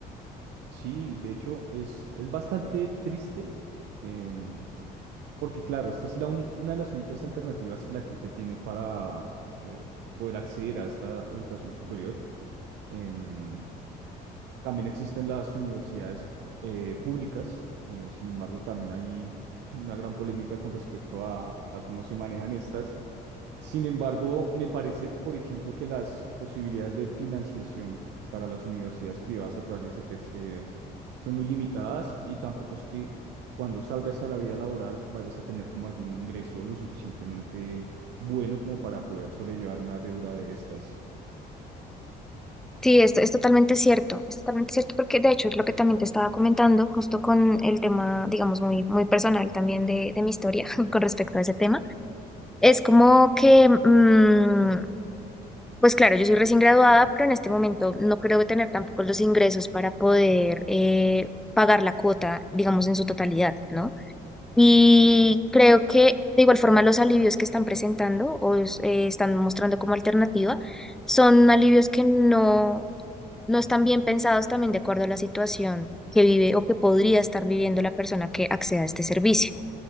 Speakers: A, on the right (about 80°); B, in the centre.
A: Sí, de hecho es, es bastante triste em, porque claro, esta es la única, una de las únicas alternativas que la gente tiene para eh, poder acceder a esta educación superior. Em, También existen las universidades eh, públicas, eh, sin embargo, también hay una gran polémica con respecto a, a cómo se manejan estas. Sin embargo, me parece, por ejemplo, que las posibilidades de financiación para las universidades privadas a través de CETEX eh, son muy limitadas y tampoco es que cuando salgas a la vida laboral vayas a tener como algún ingreso lo suficientemente bueno como para poder sobrellevar una deuda de estas.
B: Sí, esto es totalmente cierto, es totalmente cierto porque de hecho es lo que también te estaba comentando justo con el tema, digamos, muy, muy personal también de, de mi historia <laughs> con respecto a ese tema. Es como que, mm, pues claro, yo soy recién graduada, pero en este momento no creo que tener tampoco los ingresos para poder eh, pagar la cuota, digamos, en su totalidad, ¿no? Y creo que de igual forma los alivios que están presentando o es- eh, están mostrando como alternativa son alivios que no no están bien pensados también de acuerdo a la situación que vive o que podría estar viviendo la persona que acceda a este servicio.